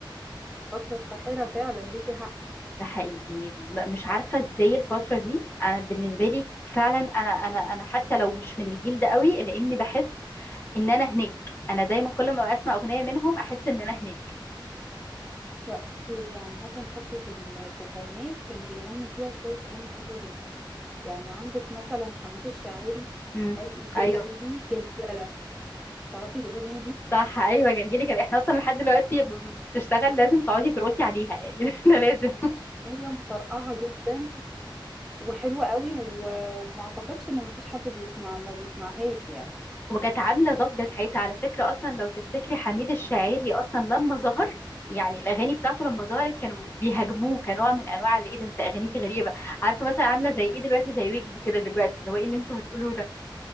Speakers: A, in the centre; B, on the left.
A: فترة ساحرة فعلا ليكي حق
B: ده حقيقي م- مش عارفة إزاي الفترة دي أنا بالنسبة لي فعلا أنا أنا أنا حتى لو مش من الجيل ده قوي لأني بحس إن أنا هناك أنا دايما كل ما أسمع أغنية منهم أحس إن أنا هناك
A: لا بصي هي عامة فترة التسعينات كانوا بيغنوا فيها شوية أغاني حلوة جدا يعني عندك مثلا حميد الشاعري
B: امم
A: قال إيه جلجلي
B: أيوه
A: جلجلة تعرفي الأغنية دي؟
B: صح ايوه جلجلي كان احنا اصلا لحد دلوقتي ب- ب- بتشتغل لازم تقعدي ترقصي عليها يعني <laughs> ده لازم
A: هي مطرقعة جدا وحلوة قوي و- وما أعتقدش إن مفيش حد بيسمع ما بيسمعهاش يعني
B: وكانت عامله ضجه ساعتها على فكره اصلا لو تفتكري حميد الشاعري اصلا لما ظهر يعني الاغاني بتاعته لما ظهرت كانوا بيهاجموه كنوع من انواع اللي ايه ده انت اغانيك غريبه عارفه مثلا عامله زي ايه دلوقتي زي ويجز كده دلوقتي اللي هو ايه اللي انتوا بتقولوه ده